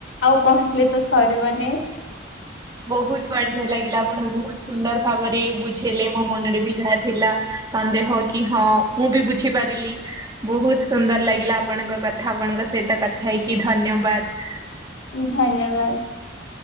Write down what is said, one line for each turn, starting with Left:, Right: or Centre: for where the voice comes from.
Left: ଆଉ କହିଲେ ତ ସରିବନି।
Right: ବହୁତ ବଢିଆ ଲାଗିଲା ଆପଣ ବହୁତ ସୁନ୍ଦର ଭାବରେ ବୁଝେଇଲେ, ମୋ ମନରେ ବି ଯାହା ଥିଲା। ସନ୍ଦେହ କି ହଁ ମୁଁ ବି ବୁଝିପାରିଲି। ବହୁତ ସୁନ୍ଦର ଲାଗିଲା ଆପଣଙ୍କ କଥା ଆପଣଙ୍କ ସହିତ କଥା ହେଇକି ଧନ୍ୟବାଦ।
Left: ଧନ୍ୟବାଦ।